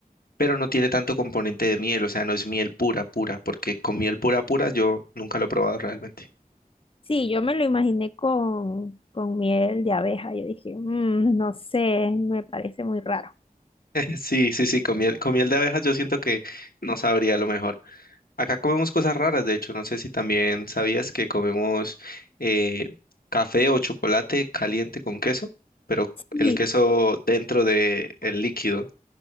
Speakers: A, on the left; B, on the left.
A: pero no tiene tanto componente de miel, o sea, no es miel pura, pura, porque con miel pura, pura yo nunca lo he probado realmente.
B: Sí, yo me lo imaginé con, con miel de abeja. Yo dije, "Mm, no sé, me parece muy raro.
A: <laughs> Sí, sí, sí, con miel, con miel de abejas yo siento que no sabría lo mejor. Acá comemos cosas raras, de hecho, no sé si también sabías que comemos eh, café o chocolate caliente con queso, pero
B: Sí,
A: el queso dentro del líquido.